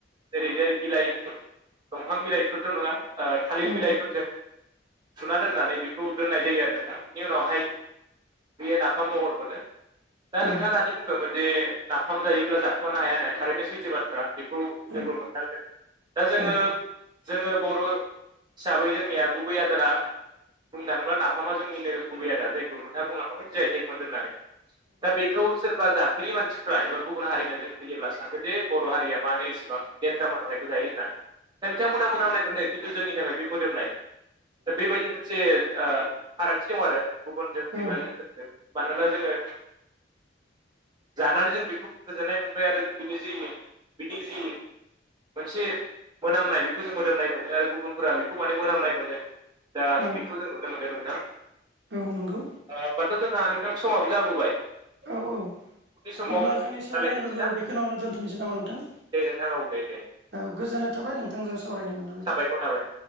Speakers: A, on the right (about 25°); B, on the right (about 60°).
A: जेरैजाय बिलाइ दंफां बिलाइफोरथ' नङा ओ थालिर
B: औ
A: बिलाइफोरजों जुना दोननानै बेखौ दोननाय जायो आरो नोंथां बेनि उनावहाय बियो नाफाम महर मोनो दा
B: औ
A: नोंथाङा दानि बुंदोंमोन जे नाफाम जायोब्ला जाखुमानो हाया होननाया थारैनो सैथो बाथ्रा बेखौ
B: औ
A: जोंबो मोनदांदों दा जोङो
B: औ
A: जोङो बर' हिसाबै जोंनिया गुबै आदारा बुंनो थाङोब्ला नाफामा जोंनिनो गुबै आदार जायखौ नोंथाङा बुंलांखाबाय जि आइ टेग मोनदों होननानै दा बे खौ सोरबा जाफेरि मानसिफ्रा एबा गुबुन हारिनो जों होयोब्ला सानगोन जे बर' हारिया मानो एसेबां लेथ्रा मोनामनायखौ जायो होननानै दा बिथांमोना मोनामनाय मोनो खिन्थु जोंनि थाखाय बे मोदोमनाय दा बेबायदि मोनसे ओ फारागथि दं आरो गुबुनजों
B: औ
A: एबा जोंजों मानोना जोङो जानानै जों बेखौ गोजोननाय मोनबाय आरो बिनि जै बिनि जि मोनसे मोनामनाय बेखौ जों मोदोमनाय मोनो आरो गुबुनफोरा बेखौ माने मोनामनाय मोनो दा
B: औ
A: बेखौ जों नुनो मोनदों नोंथां
B: औ नंगौ
A: ओ होनमबाथ' जोंहा नोंथां समाबो जाबोबाय
B: औ औ
A: उननि समाव
B: अब्ला जोंनि सावरायनांगोखौ
A: रायलायफिनसै ना
B: बेखोनोआवनो दोन्थ'नोसै नामा नोंथां
A: दे नोंथां औ दे दे
B: औ गोजोननाय थाबाय नोंथांजो सावरायनो मोननानै
A: साबायखर थाबाय